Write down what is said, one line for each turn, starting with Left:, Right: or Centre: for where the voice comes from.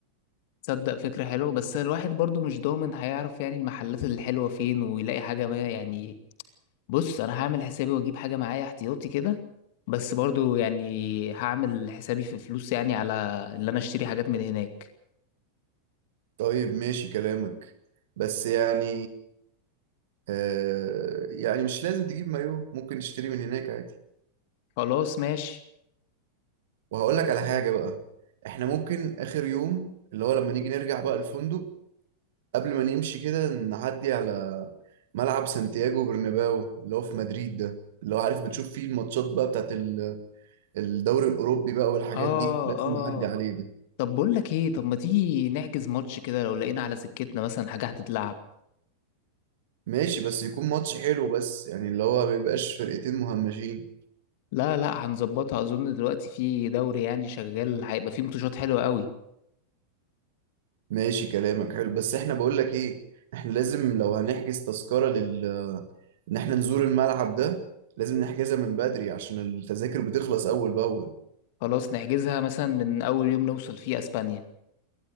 Left: تصدق فكرة حلوة بس الواحد برضو مش ضامن هيعرف يعني المحلات الحلوة فين ويلاقي حاجة ما يعني بص انا هعمل حسابي واجيب حاجه معايا احتياطي كده بس برضو يعني هعمل حسابي في فلوس يعني على اللي انا اشتري حاجات من هناك
Right: طيب ماشي كلامك بس يعني آه، يعني مش لازم تجيب مايو ممكن تشتري من هناك عادي
Left: خلاص ماشي
Right: وهقول لك على حاجة بقى احنا ممكن اخر يوم اللي هو لما نيجي نرجع بقى الفندق قبل ما نمشي كده نعدي على ملعب سانتياغو برناباو اللي هو في مدريد ده اللي هو عارف بتشوف فيه الماتشات بقى بتاعت ال- الدوري الأوروبي بقى والحاجات
Left: اه
Right: دي لازم
Left: اه
Right: نعدي عليه ده
Left: طب بقول لك ايه طب ما تيجي نحجز ماتش كده لو لقينا على سكتنا مثلا حاجه هتتلعب
Right: ماشي بس يكون ماتش حلو بس يعني اللي هو ما يبقاش فرقتين مهمشين
Left: لا لا هنظبطها اظن دلوقتي في دوري يعني شغال هيبقى فيه ماتشات حلوه قوي
Right: ماشي كلامك حلو بس احنا بقول لك ايه احنا لازم لو هنحجز تذكرة لل ان احنا نزور الملعب ده لازم نحجزها من بدري عشان التذاكر بتخلص اول باول
Left: خلاص نحجزها مثلا من اول يوم نوصل فيه اسبانيا